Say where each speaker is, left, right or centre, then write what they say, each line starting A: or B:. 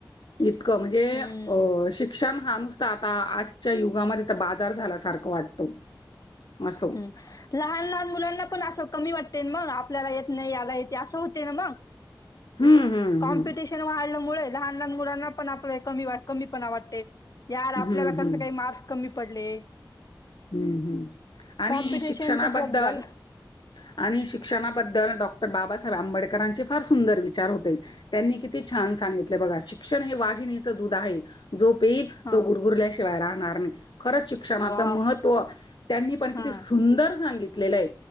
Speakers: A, on the left; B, on the left.
A: इतकं म्हणजे
B: हं,
A: अ शिक्षण हा नुसता आता आजच्या युगामध्ये आ बाजार झाल्यासारखं वाटतो अस
B: हं. लहान-लहान मुलांना पण असं कमी वाटते मग आपल्याला येत नाही याला येते असं होते ना मग
A: हम्म हम्म
B: कॉम्पिटिशन
A: हम्म
B: वाढल्यामुळे लहान लहान मुलांना पण आपल्या कमी कमी पण वाटते या आपल्याला
A: हम्म
B: कसं
A: हम्म
B: काही मास् पडले
A: हम्म हम्म आणि
B: कॉम्पिटिशनचं
A: शिक्षणाबद्दल
B: जग झालं
A: आणि शिक्षणाबद्दल डॉक्टर बाबासाहेब आंबेडकर फ सुंदर विचार होते त्यांनी किती छान सांगितले बघा श्षण हे वा दध आहे जो पल
B: हा
A: तो गुरुरल्याशिवाय राहणार नाही खरच शिक्षण
B: वाव
A: महत्व त्यांनी पण
B: हा
A: किती सुंदर सांगितलेलं आहे